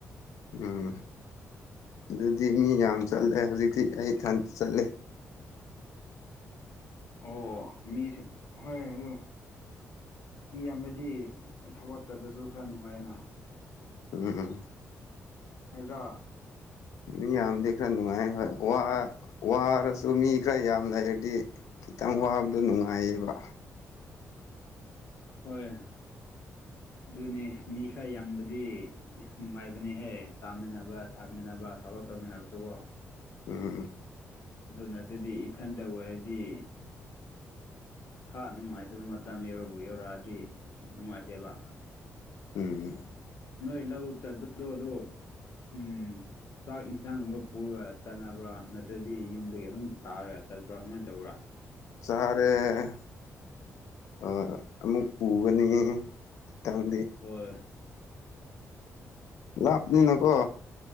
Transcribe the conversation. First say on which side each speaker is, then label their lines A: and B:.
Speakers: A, on the left; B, on the left.
A: ꯎꯝ ꯑꯗꯨꯗꯤ ꯃꯤ ꯌꯥꯝ ꯆꯠꯂꯦ ꯍꯧꯖꯤꯛꯇꯤ ꯑꯩ ꯏꯊꯟꯇ ꯆꯠꯂꯦ
B: ꯍꯣ ꯃꯤꯁꯨ ꯍꯣꯏ ꯑꯗꯨ ꯃꯤ ꯌꯥꯝꯃꯗꯤ ꯊꯕꯛ ꯆꯠꯄꯁꯨ ꯈꯔ ꯅꯨꯡꯉꯥꯏꯌꯦꯅ
A: ꯎꯝ
B: ꯍꯦꯖꯣ
A: ꯃꯤ ꯌꯥꯝꯗꯤ ꯈꯔ ꯅꯨꯡꯉꯥꯏ ꯍꯣꯏ ꯋꯥ ꯋꯥꯔꯁꯨ ꯃꯤ ꯈꯔ ꯌꯥꯝ ꯂꯩꯔꯗꯤ ꯈꯤꯇꯪ ꯋꯥꯕꯗꯨ ꯅꯨꯡꯉꯥꯏꯌꯦꯕ
B: ꯍꯣꯏ ꯑꯗꯨꯅꯤ ꯃꯤ ꯈꯔ ꯌꯥꯝꯕꯗꯤ ꯅꯨꯡꯉꯥꯏꯕꯅꯤꯍꯦ ꯆꯥꯃꯤꯟꯅꯕ ꯊꯛꯃꯤꯟꯅꯕ ꯊꯕꯛ ꯇꯧꯃꯤꯟꯅꯕꯁꯨꯀꯣ
A: ꯎꯝ ꯎꯝ ꯎꯝ
B: ꯑꯗꯨ ꯅ ꯑꯗꯨꯗꯤ ꯏꯊꯟꯇ ꯑꯣꯏꯔꯗꯤ ꯍꯥ ꯅꯨꯡꯉꯥꯏꯇꯕ ꯃꯇꯝ ꯌꯧꯔ ꯌꯧꯔꯛꯑꯗꯤ ꯅꯨꯡꯉꯥꯏꯇꯦꯕ
A: ꯎꯝ
B: ꯅꯣꯏ ꯂꯧ ꯆꯠꯄꯗꯣ ꯑꯗꯣ ꯎꯝ ꯆꯥꯛ ꯏꯟꯁꯥꯡꯒꯨꯝꯕ ꯄꯨꯔ ꯆꯠꯅꯕ꯭ꯔꯥ ꯅꯠꯇ꯭ꯔꯗꯤ ꯌꯨꯝꯗꯒꯤ ꯑꯗꯨꯝ ꯆꯥꯔꯒ ꯆꯠꯄ꯭ꯔꯥ ꯀꯃꯥꯏꯟ ꯇꯧꯕ꯭ꯔꯥ
A: ꯆꯥꯔꯦ ꯑꯥ ꯑꯃꯨꯛ ꯄꯨꯒꯅꯤ ꯈꯤꯇꯪꯗꯤ
B: ꯍꯣꯏ
A: ꯂꯥꯞꯅꯤꯅꯀꯣ